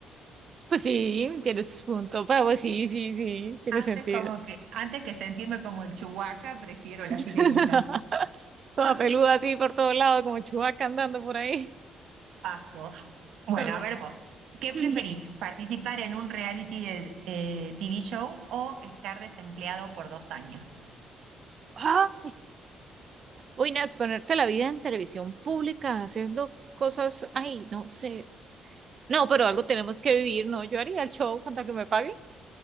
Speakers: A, on the right; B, on the right.
A: pues sí, tienes punto, pero pues sí, sí, sí, tiene sentido.
B: Antes como que, antes que sentirme como el Chewbacca, prefiero la
A: <laughs>
B: sirenita.
A: Toda
B: <laughs>
A: peluda así por todos lados, como chubaca andando por ahí.
B: Paso. Bueno,
A: No, no.
B: a ver vos, ¿qué preferís?
A: <laughs>
B: ¿Participar en un reality de, eh, TV show o estar desempleado por dos años?
A: ¡Ah! Uy, no, exponerte a la vida en televisión pública haciendo cosas, ay, no sé. No, pero algo tenemos que vivir, ¿no? Yo haría el show con tal que me paguen.